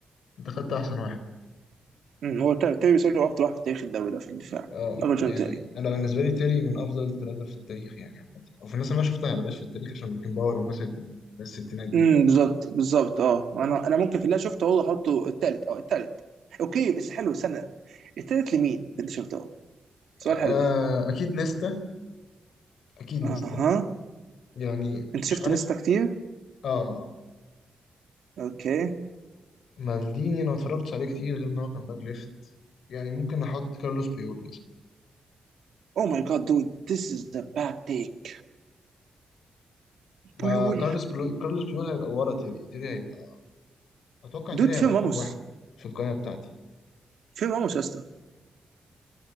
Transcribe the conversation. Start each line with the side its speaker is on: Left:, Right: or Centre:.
Left: انت خدت احسن واحد
Right: مم، هو تا- تيري سيلو افضل واحد في تاريخ الدوري ده في الدفاع
Left: اه
Right: افرجون
Left: يعني
Right: تيري
Left: انا بالنسبه لي تيري من افضل الثلاثه في التاريخ يعني عامه او في الناس اللي انا شفتها بلاش في التاريخ عشان بيكن باور والناس ال- الناس الستينات دي
Right: امم بالظبط بالظبط اه انا انا ممكن في اللي أنا شفته هو احطه الثالث اه الثالث اوكي بس حلو سنه الثالث لمين اللي شفته سؤال
Left: آه
Right: حلو ده
Left: اكيد نيستا اكيد نيستا
Right: اها
Left: يعني
Right: انت شفت
Left: مش عارف
Right: نيستا كتير
Left: اه
Right: اوكي
Left: مالديني انا ما اتفرجتش عليه كتير غير ان هو كان باك ليفت يعني ممكن احط كارلوس بيول مثلا
Right: او ماي جاد دود ذيس از ذا باد تيك
Left: ما
Right: بيول
Left: كارلوس بيول كارلوس بيول هيبقى ورا تيري تيري هيبقى اتوقع تيري
Right: دود
Left: هيبقى
Right: فين
Left: رقم
Right: راموس
Left: واحد في القائمه بتاعتي
Right: فين راموس يا اسطى